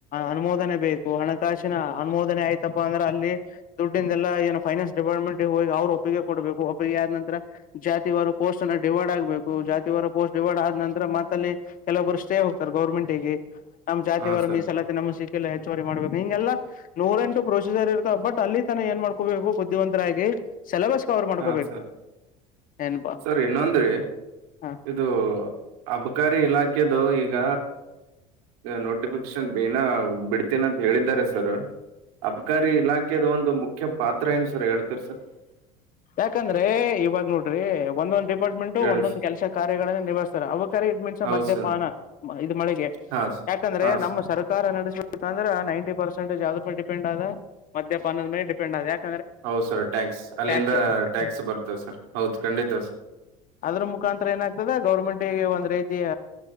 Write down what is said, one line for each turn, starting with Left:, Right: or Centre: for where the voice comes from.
Left: ಅನುಮೋದನೆ ಬೇಕು ಹಣಕಾಸಿನ ಅನುಮೋದನೆ ಆಯ್ತಪ್ಪಾ ಅಂದ್ರೆ ಅಲ್ಲಿ ದುಡ್ಡಂದೆಲ್ಲ ಏನ ಫೈನಾನ್ಸ್ ಡಿಪಾರ್ಟ್ಮೆಂಟ್ಗೆ ಹೋಗಿ ಅವ್ರು ಒಪ್ಪಿಗೆ ಕೊಡಬೇಕು ಒಪ್ಪಿಗೆ ಆದ ನರ ಜಾತಿವಾರ ಪೋಸ್ಟ್ ಅ ಡಿವೈಡ್ ಆಗ್ಬೇಕು ಜಾತಿ ಪೋಸ್ಟ್ ಡಿವೈಡ್ ಆದ ನಂತರ ಮತ್ತಲ್ಲಿ ಕೆಲವೊಬ್ಬರು ಸ್ಟೇ ಹೋಗ್ತಾರೆ ಗೌರ್ಮೆಂಟ್ಿಗೆ ನಮ್ ಜಾತಿವಾರ
Right: ಹಾಂ ಸರ್
Left: ಮೀಸಲಾತಿ ನಮ್ಮ ಸಿ ಲ್ಲ ಹೆಚ್ಚುವರಿ ಮಾಡ್ಬೇಕು ಹಿಂಗೆಲ್ಲ ನೂರೆ ಎಂಟು ಪ್ರೊಸೀಜರ್ ಇರ್ತಾವ ಬಟ್ ಅಲ್ಲಿ ತಾನ ಏನ್ ಮಾಡ್ಕೋಬೇಕು ಬುದ್ಧಿವಂತರಾಗಿ ಸಿಲೆಬಸ್ ಕವರ್ ಮಾಡ್ಕೋಬೇಕು
Right: ಹಾಂ ಸರ್
Left: ಏನ್ಪಾ
Right: ಸರ್ ಇನ್ನಂದ್ರೆ
Left: ಹ
Right: ಇದು ಹಬ ಸರ್ಕಾರಿ ಇಲಾಖೆದು ಈಗ ನೋಟಿಫಿಕೇಶನ್ ಏನ ಬಿಡ್ತೇನ ಅಂತ ಹೇಳಿದ್ದಾರೆ ಸರ್ ಅಬಕಾರಿ ಇಲಾಖೆದ ಒಂದು ಮುಖ್ಯ ಪಾತ್ರ ಏನು ಸರ್ ಹೇಳ್ತಿೀರ್ ಸರ್
Left: ಯಾಕಂದ್ರೆ ಇವಾಗ ನೋಡ್ರಿ ಒಂದೊಂದ ಡಿಪಾರ್ಟ್ಮೆಂಟ್ು
Right: ಹೇಳಿ
Left: ಒಂದೊಂದು
Right: ಸರ್
Left: ಕೆಲಸ ಕಾರ್ಯಗಳನ್ನ ನಿವಹಿಸ್ತಾರೆ ಅಕ ಇದ ಮಿನ್ಸ
Right: ಹೌದು
Left: ಮದ್ಯಪಾನ
Right: ಸರ್
Left: ಇದು ಮಳೆಗೆ
Right: ಹಾ ಸರ್
Left: ಯಾಕಂದ್ರೆ
Right: ಹಾ ಸರ್
Left: ನಮ್ಮ ಸರ್ಕಾರ ನಡೆಸ ಅ್ರೆ ನೈಂಟಿ ಪರ್ಸೆಂಜ ಯಾವ್ದೂ ಪೆಂಡ್ ಆದ ಮ್ಯಾಪಾನದ ಮೇಲೆ ಡಿೆಂಡ್ ಆದ ಯಾಕೆ
Right: ಹೌ ಸರ್ ಟ್ಯಾಕ್ಸ್ ಅಲ್ಲಿಂದ
Left: ಟಕ್ಸ್
Right: ಟ್ಯಾಕ್ಸ್ ಬರ್ತದೆ ಸರ್ ಹೌದು ಖಂಡಿತ ಸರ್
Left: ಅದ್ರ ಮುಖಾಂತರ ಏನಾಗ್ತದೆ ಗೌರ್ಮೆಂಟ್ ಒಂದ್ ರೀತಿಿಯ